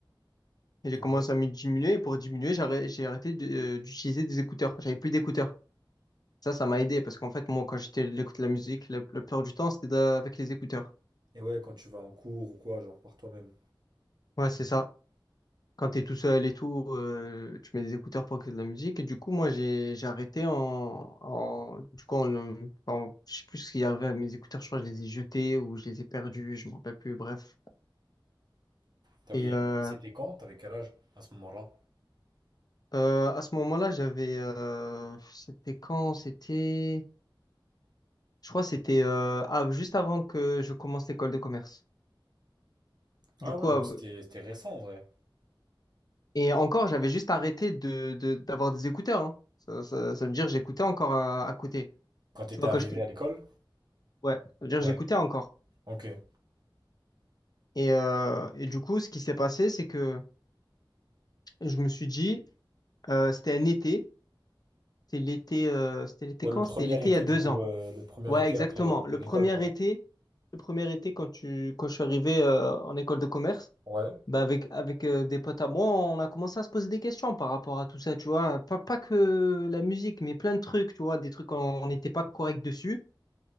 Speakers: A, on the left; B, on the right.
A: Et j'ai
B: Ouais.
A: commencé à me diminuer, et pour diminuer, j'ai arrêté, j'ai arrêté de- euh, d'utiliser des écouteurs. J'avais plus d'écouteurs. Ça, ça m'a aidé, parce qu'en fait, moi, quand j'étais, j'écoute la musique, la, la plupart du temps, c'était de- avec les écouteurs.
B: Et ouais, quand tu vas en cours ou quoi, genre par toi-même.
A: Ouais, c'est ça. Quand t'es tout seul et tout, euh, tu mets des écouteurs pour écouter de la musique. Et du coup, moi, j'ai, j'ai arrêté en, en, du coup, en, en- en- je sais plus ce qui est arrivé à mes écouteurs. Je crois que je les ai jetés ou je les ai perdus, je m'en rappelle plus, bref.
B: T'avais,
A: Et, euh,
B: euh, et c'était quand? T'avais quel âge à ce moment-là?
A: Euh, à ce moment-là, j'avais, euh, c'était quand? C'était, je crois, que c'était euh, av- juste avant que je commence l'école de commerce.
B: Ah
A: Du coup,
B: ouais, donc
A: av-
B: c'était c'était récent en vrai.
A: et encore, j'avais juste arrêté de, de- d'avoir des écouteurs. hein. Ça, ça- ça veut dire que j'écoutais encore à, à côté.
B: Quand t'étais
A: Tu vois,
B: arrivé
A: quand j'étais,
B: à l'école?
A: ouais, ça veut dire
B: Ouais.
A: que j'écoutais encore.
B: Ok.
A: Et, euh, et du coup, ce qui s'est passé, c'est que je me suis dit, euh, c'était un été, c'était l'été, euh, c'était l'été
B: Ouais,
A: quand?
B: le premier
A: C'était l'été
B: été,
A: il y a deux
B: du coup,
A: ans.
B: euh, le premier
A: Ouais,
B: été
A: exactement.
B: après euh, de
A: Le
B: l'école,
A: premier
B: quoi.
A: été, le premier été quand tu, quand je suis arrivé euh, en école de commerce,
B: Ouais,
A: bah avec avec euh, des potes à moi, on a commencé à se poser des questions par rapport à tout ça, tu vois. Pas pas que la musique, mais plein de trucs, tu vois, des trucs on on n'était pas correct dessus.